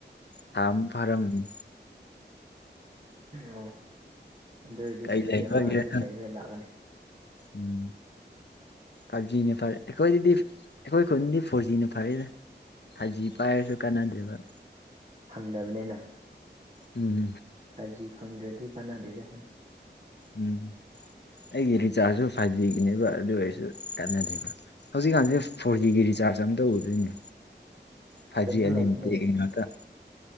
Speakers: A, on the left; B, on the right.
A: ꯊꯥ ꯑꯃ ꯐꯥꯔꯝꯃꯅꯤ
B: ꯑꯣ ꯑꯗꯨ ꯑꯣꯏꯗꯤ
A: ꯀꯩ
B: ꯆꯍꯤ
A: ꯂꯩꯕꯒꯤꯔ
B: ꯑꯃ ꯑꯅꯤ
A: ꯈꯪ
B: ꯂꯩꯔ ꯂꯥꯛꯑꯅꯤ
A: ꯎꯝ ꯐꯥꯏꯚ ꯖꯤꯅ ꯐꯔꯦ ꯑꯈꯣꯏꯗꯗꯤ ꯑꯈꯣꯏ ꯈꯨꯟꯗꯤ ꯐꯣꯔꯖꯤꯅ ꯐꯔꯦꯗ ꯐꯥꯏꯚ ꯖꯤ ꯄꯥꯏꯔꯖꯨ ꯀꯥꯟꯅꯗꯦꯕ
B: ꯐꯪꯗꯕꯅꯦꯅ
A: ꯎꯝ
B: ꯖꯤ ꯐꯪꯗ꯭ꯔꯗꯤ ꯀꯥꯟꯅꯗꯦꯗ
A: ꯎꯝ ꯑꯩꯒꯤ ꯔꯤꯆꯥꯔꯖꯁꯨ ꯐꯥꯏꯚ ꯖꯤꯒꯤꯅꯦꯕ ꯑꯗꯨ ꯑꯣꯏꯔꯁꯨ ꯀꯥꯟꯅꯗꯦꯕ ꯍꯧꯖꯤꯛꯀꯥꯟꯁꯦ ꯐꯣꯔ ꯖꯤꯒꯤ ꯔꯤꯆꯥꯔꯖ ꯑꯃ ꯇꯧꯒꯗꯣꯏꯅꯦ ꯐꯥꯏꯐ
B: ꯀꯩꯅꯣ
A: ꯖꯤ <unintelligible>
B: ꯂꯩꯕꯅꯦ
A: ꯉꯥꯛꯇ